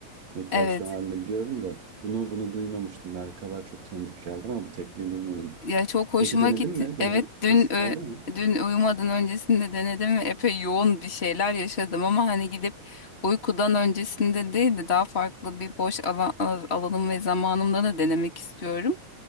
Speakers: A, on the right; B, on the left.
A: Meditasyon
B: evet.
A: halini biliyordum da bunu bunu duymamıştım. Merkaba çok tanıdık geldi ama bu tekniği duymadım.
B: Ya çok hoşuma
A: Peki denedin
B: gitti.
A: mi? Deneme
B: Evet dün
A: fırsatın
B: ö-
A: oldu mu?
B: dün uyumadan öncesinde denedim ve epey yoğun bir şeyler yaşadım ama hani gidip uykudan öncesinde değil de daha farklı bir boş alan, al- alanım ve zamanımda da denemek istiyorum.